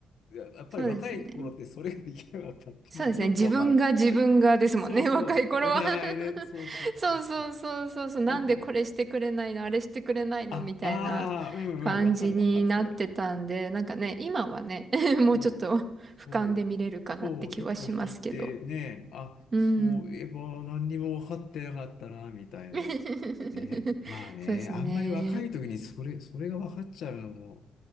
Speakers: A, on the left; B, on the right.
A: いや、やっぱり若い頃ってそれができなかったっていうのはよくわかる。
B: そうですね。そうですね。自分が自分がですもんね。
A: <laughs> そうそう、
B: <laughs> 若い頃は
A: お互いね。そうそうそうそう。
B: <laughs> そうそうそうそうそう。なんでこれしてくれないの、
A: なんかね、
B: あれしてくれないのみたいな
A: あ、ああ、うんうん、
B: 感じになってたんで、
A: わかるわかる、それ。
B: なんかね、今はね、<laughs> もうちょっと俯瞰で見れるかなって気はしますけど。
A: そう、そう、そう、一歩引いてね、あ、
B: うん。
A: そういえば何にも分かってなかったな、みたいな。
B: <laughs>
A: ね、まあね、
B: そうですね。
A: あんまり若い時にそれ、それが分かっちゃうのも、